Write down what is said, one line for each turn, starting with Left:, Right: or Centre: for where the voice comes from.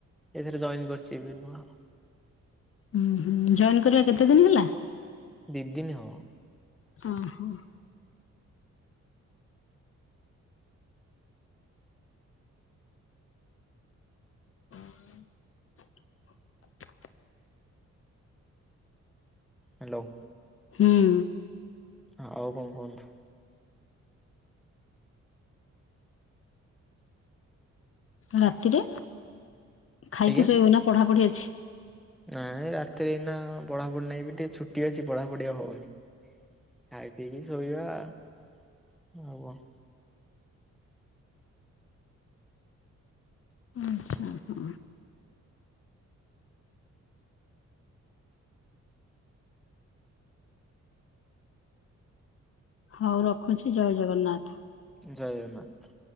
Centre: ଏଥିରେ ଜଏନ୍ କରିଛି ଏବେ ନୂଆ
Left: ଉଁ ହୁଁ ଜଏନ୍ କରିବା କେତେ ଦିନ ହେଲା
Centre: ଦି ଦିନ ହବ
Left: ହଁ ହଁ ହୁଁ
Centre: ହ୍ୟାଲୋ
Left: ହୁଁ
Centre: ଆଉ କଣ କୁହନ୍ତୁ
Left: ରାତିରେ ଖାଇକି
Centre: ଆଜ୍ଞା।
Left: ଶୋଇବ ନା ପଢାପଢି ଅଛି
Centre: ନାଇଁ ରାତିରେ ଏଇନା ପଢାପୁଢି ନାହିଁ ଏବେ ଟିକେ ଛୁଟି ଅଛି ପଢାପୁଢି ଆଉ ହଉନି ଖାଇ ପିଇକି ଶୋଇବା ଆଉ କଣ
Left: ଆଛା ହଁ ହଉ ରଖୁଛି ଜୟ ଜଗନ୍ନାଥ
Centre: ଜୟ ଜଗନ୍ନାଥ